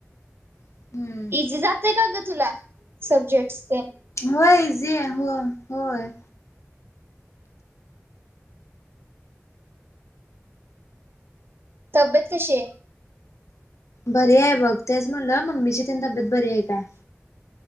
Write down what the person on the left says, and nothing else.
हम्म
होय इझीये होय होय.
बरी आय बघ तेच म्हणलं मम्मीची तेनं तब्येत बरी आय काय.